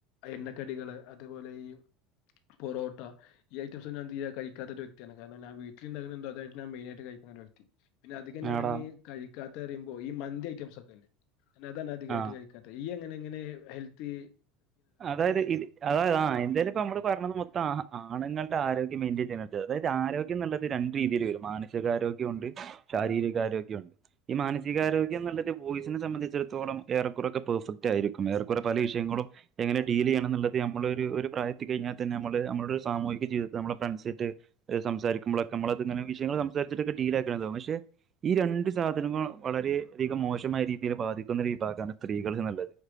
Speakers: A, on the left; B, on the right.
A: എണ്ണക്കടികള് അതേ പോലെ ഈ പൊറോട്ട. ഈ ഐറ്റംസ് ഞാൻ തീരെ കയ്ക്കാത്ത ഒര് വെക്തിയാണ് കാര്ണം ഞാൻ വീട്ട്ല്ണ്ടാക്ക്ണ ന്തൊ അതായ്ര്ക്കും ഞാം മെയ്നായിട്ട് കയ്ക്ക്ണ ഒരു വെക്തി. പിന്നെ അധികം ഞാനീ
B: ആടാ
A: കയ്ക്കാത്തറിമ്പോ ഈ മന്തി ഐറ്റംസ് ഒക്കല്ലേ ഞാന അതാണ് അധികായ്ട്ട്
B: ആ
A: കഴിക്കാ ഇയ്യ് എങ്ങനെ ഇങ്ങനെ ഹെൽത്തീ
B: അതായത് ഇത് അതായത് ആഹ് എന്തേലും ഇപ്പൊ മ്മള് പർഞ്ഞത് മൊത്തം ആഹ ആണ്ങ്ങൾടെ ആരോഗ്യം മെയിന്റെയിൻ <unintelligible> അതായ ആരോഗ്യംന്ന്ള്ളത് രണ്ട് രീതീല് വരും മാനസികാരോഗ്യോണ്ട് ശാരീരികാരോഗ്യോണ്ട്. ഈ മാനസികാരോഗ്യംന്ന്ള്ളത് ബോയ്സിനെ സംബന്ധിച്ചിടത്തോളം ഏറെകൊറൊക്കെ പെർഫെക്റ്റ് ആയിരി വേറെ കൊറെ പല വിഷയങ്ങളും എങ്ങനെ ഡീലിയ്യണംന്ന്ള്ളത് ഞമ്മള ഒര് ഒരു പ്രായത്തി കയ്ഞ്ഞാൽ തന്നെ ഞമ്മള് ഞമ്മടെ സാമൂഹിക ജീവിതത്തേ ന്നമ്മളെ ഫ്രണ്ട്സേറ്റ് സംസരിക്കുമ്പോളൊക്കെ മ്മളത്ങ്ങനെ വിഷയങ്ങള് സംസാരിച്ച്ട്ടൊക്കെ ഡീലാആക്കണ്ടതാവും പക്ഷെ ഈ രണ്ട് സാധനങ്ങൾ വളരെ അധികം മോശമായ രീതിയിൽ ബാധിക്കുന്ന ഒരു വിഭാഗാണ് സ്ത്രീകള് എന്ന്ള്ളത്.